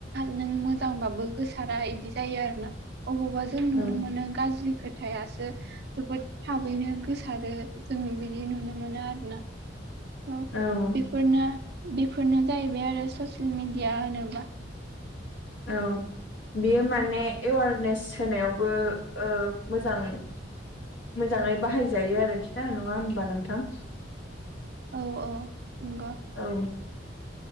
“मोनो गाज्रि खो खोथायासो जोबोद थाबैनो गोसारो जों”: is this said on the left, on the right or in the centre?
Right